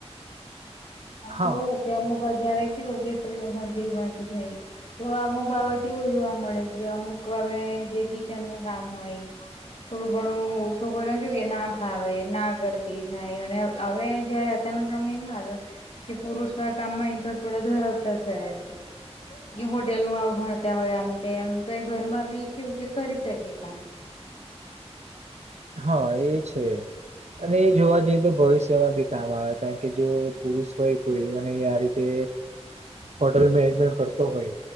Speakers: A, on the right; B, on the left.
A: હા
B: જો કે અમુક અત્યારે કેવુ કે સ્ત્રીઓ ભણતી ગણતી થયી. તો અમુક બાબત એવું જોવા મળે, કે અમુક અવે જે કિચન નું કામ ઓય. થોડુ ઘણું છોકરીઓ ન કેવું કે ના ફાવે, ના કરતી થાય અને અવે જય હતા નો સમય વાર કે પુરુષ ના કામમાં ઇન્ટરેસ્ટ થોડો ધરાવતા થયા છે. કી હોટેલ નું આવું ભણતા હોય આમ તેમ, તો ઘરમાં બી કેવું કે કરી શકે કામ.
A: હા એ છે. અને એ જોવા જઈએ તો ભવિષ્યમાં ભી કામ આવે કારણ કે જો પુરુષ હોય કોઈ અને આ રી તે હોટેલ મેનેજમેન્ટ કરતો હોઈ